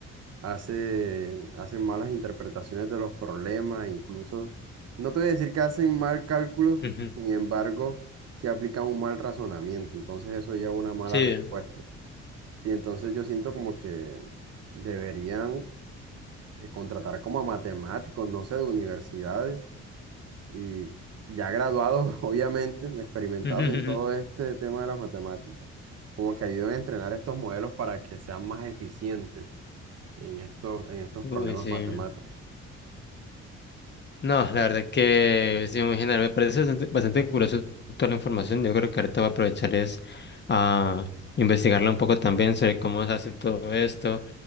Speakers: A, on the right; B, on the left.
A: hace, hacen malas interpretaciones de los problemas, incluso, no te voy a decir que hacen mal cálculos,
B: ujú.
A: sin embargo, si aplican un mal razonamiento, entonces eso lleva a una mala
B: Sí.
A: respuesta. Y entonces yo siento como que deberían eh, contratar como a matemáticos, no sé, de universidades y ya graduados, <laughs> obviamente, experimentados
B: <laughs>
A: en todo este tema de las matemáticas, como que ayuden a entrenar estos modelos para que sean más eficientes en estos, en estos
B: Uy,
A: problemas
B: sí.
A: matemáticos.
B: No, la verdad que sí, muy genial. Me parece bastante, bastante curioso toda la información. Yo creo que ahorita voy a aprovechar es a investigarla un poco también sobre cómo se hace todo esto.